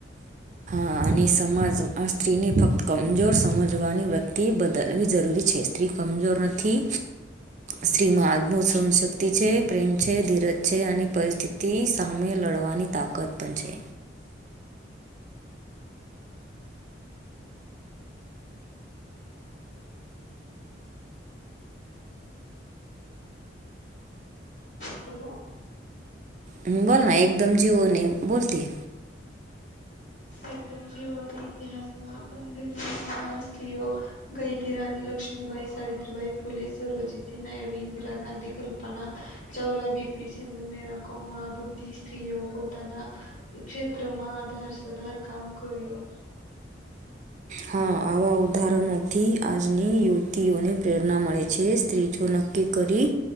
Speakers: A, on the right; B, on the left.
A: હા અને સમાજ આ સ્ત્રીને ફક્ત કમજોર સમજવાની વત્તિ બદલવી જરૂરી છે. સ્ત્રી કમજોર નથી. સ્ત્રીમાં આદમો સહનશક્તિ છે. પ્રેમ છે. ધીરજ છે. અને પરિસ્થિતિ તિ સામે લડવાની તાકત પણ છે.
B: હેલો
A: હમ બોલના એકદમ જીવો નહી બોલતી.
B: એકદમ જીવની <unintelligible> મહાન સ્ત્રીઓ ગઈ હતી. રાણી લ લક્ષ્મીબાઈ, સાવિત્રી ભાઈ ફુલે, સર્વજનીનાયડુ ઈન્દિરા ગાંધી, કલ્પના ચવલા બીપી સિંધુ મેરા કો મા બંધી સ્ત્રીઓ પોતાના ક્ષેત્રમાં આધાર સધાર કામ કર્યો.
A: હા, આવા ઉદાહરણોથી આજની યુવતીઓને પ્રેરણા મળે છે સ્ત્રીજો નક્કી કે કરી